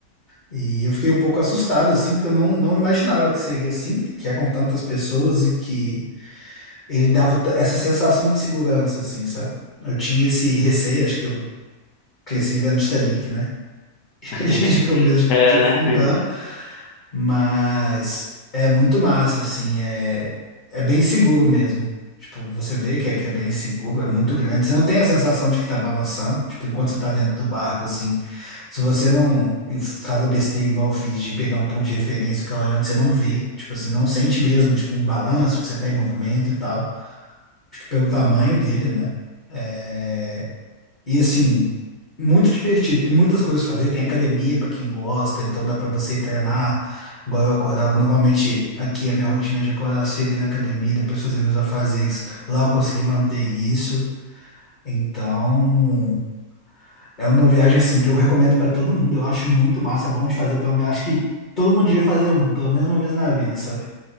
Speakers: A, on the left; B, on the left.
A: E eu fiquei um pouco assustado, assim, porque eu não, não imaginava que seria assim, que eram tantas pessoas e que ele dava t- essa sensação de segurança, assim, sabe? Eu tinha esse receio, acho que eu cresci vendo Titanic, né? <laughs>
B: <laughs>
A: A gente com medo de
B: É,
A: de afundar,
B: né?
A: Mas é muito massa, assim, é, é bem seguro mesmo. Tipo, você vê que é, que é bem seguro, é muito grande. Você não tem a sensação de que tá balançando, tipo, enquanto você tá dentro do barco, assim. Se você não faz a besteira igual eu fiz de pegar um ponto de referência e ficar olhando, você não vê. Tipo assim, não sente mesmo, tipo, um balanço, que você tá em movimento e tal. Acho que pelo tamanho dele, né? É, e assim, muito divertido. Tem muitas coisas pra fazer. Tem academia pra quem gosta, então dá pra você ir treinar. Agora eu acordava, normalmente aqui a minha rotina é de acordar cedo e ir na academia, depois fazer meus afazeres. Lá eu consegui manter isso. Então, é uma viagem assim que eu recomendo pra todo mundo. Eu acho muito massa, é bom de fazer pelo menos, acho que todo mundo devia fazer um, pelo menos uma vez na vida, sabe?